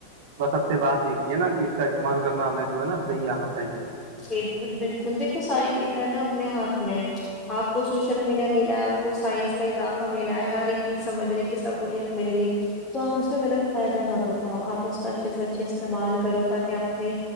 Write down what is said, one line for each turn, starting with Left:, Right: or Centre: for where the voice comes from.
Right: بس اب سے بات ایک یہ ہے نا کہ اس کا استعمال کرنا ہمیں جو ہے نا صحیح آنا چاہیے
Left: بالکل بالکل دیکھو ساری چیزیں نا اپنے ہاتھ میں آپ کو سوشل میڈیا ملا ہے آپ کو سائنس کا اضافہ ملا ہے ہر ایک چیز سمجھنے کی سہوولت ملی ہے تو آپ اس کا غلط فائدہ مت اٹھاؤ آپ اس کا اچھے سے اچھے استعمال کرو تاکہ آپ نے